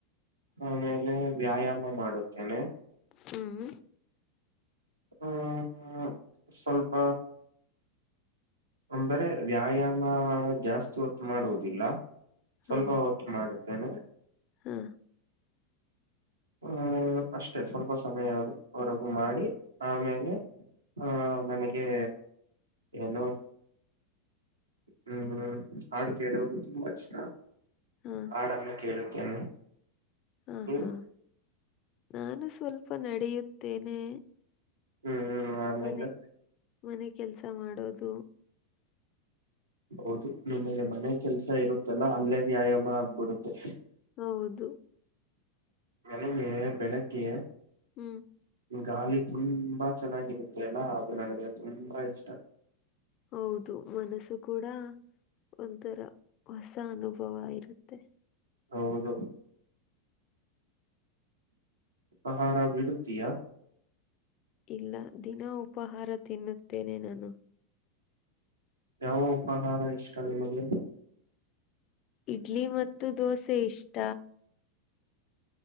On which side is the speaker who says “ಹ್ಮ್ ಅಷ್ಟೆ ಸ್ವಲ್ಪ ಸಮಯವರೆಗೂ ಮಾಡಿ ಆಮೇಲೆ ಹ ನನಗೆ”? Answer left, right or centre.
Right